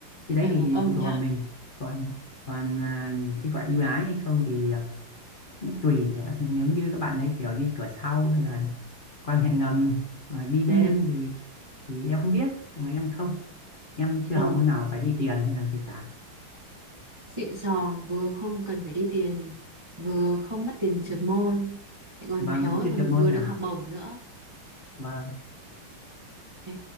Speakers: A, on the left; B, on the right.
A: Cái đấy
B: Ừ
A: thì
B: công
A: phụ thuộc
B: nhận.
A: vào mình. Còn còn à, cái gọi ưu ái hay không thì à, tùy đấy nếu như các bạn ấy kiểu đi cửa sau hay là quan hệ ngầm và đi đêm
B: Ừ,
A: thì thì em không biết nhưng mà em không em chưa
B: ừ.
A: học môn nào phải đi tiền hay làm gì cả
B: Xịn sò vừa không cần phải đi tiền vừa không mất tiền trượt môn lại còn
A: vâng
B: khéo
A: cũng
B: lại
A: chưa
B: còn
A: chọn môn
B: vừa
A: nào
B: được học bổng nữa.
A: vâng
B: Ê,